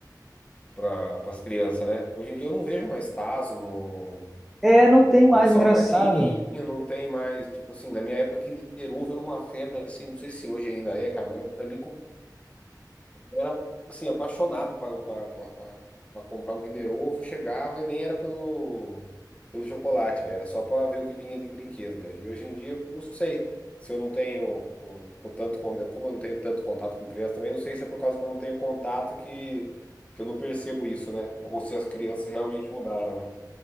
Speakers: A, on the left; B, in the centre.
A: pra, as crianças, né? Hoje em dia eu não vejo mais Tazo no,
B: é, não tem mais,
A: no salgadinho,
B: engraçado.
A: não tem mais, tipo assim, na minha época Kinder Ovo era uma febre, assim, não sei se hoje ainda é, cara, mas pra mim Eu era, assim, apaixonado para comprar um Kinder Ovo, chegava e nem era pelo, pelo chocolate, velho. Era só para ver o que vinha de brinquedo, velho. E hoje em dia, não sei se eu não tenho o- o tanto, con- é, como eu não tenho tanto contato com criança também, não sei se é por causa que eu não tenho contato que, que eu não percebo isso, né? Ou se as crianças realmente mudaram, né?